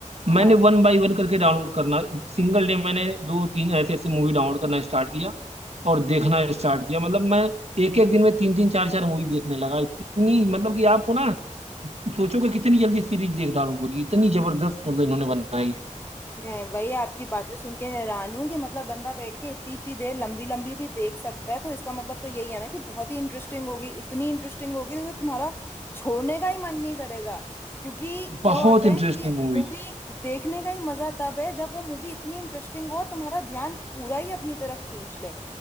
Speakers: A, on the left; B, on the right.
A: हाँ
B: मैंने वन बाय वन करके डाउनलोड करना सिंगल डे मैंने दो तीन ऐसे ऐसे मूवी डाउनलोड करना स्टार्ट किया और देखना स्टार्ट किया मतलब मैं एक एक दिन में तीन तीन चार चार मूवी देखने लगा इतनी मतलब कि आपको ना सोचो कि कितनी जल्दी सीरीज देख डालूं पूरी इतनी जबरदस्त मतलब इन्होंने बनाई
A: मैं वही आपकी बातें सुन के हैरान हूँ कि मतलब बंदा बैठ के इतनी इतनी देर लंबी लंबी भी देख सकता है तो इसका मतलब तो यही है ना कि बहुत ही इंटरेस्टिंग होगी इतनी इंटरेस्टिंग होगी कि तुम्हारा छोड़ने का ही मन नहीं करेगा क्योंकि
B: है
A: क्या
B: बहुत
A: होता है
B: इंटरेस्टिंग
A: कि
B: मूवी
A: मूवी
B: है
A: देखने का ही मजा तब है जब वो मूवी इतनी इंटरेस्टिंग हो और तुम्हारा ध्यान पूरा ही अपनी तरफ खींच ले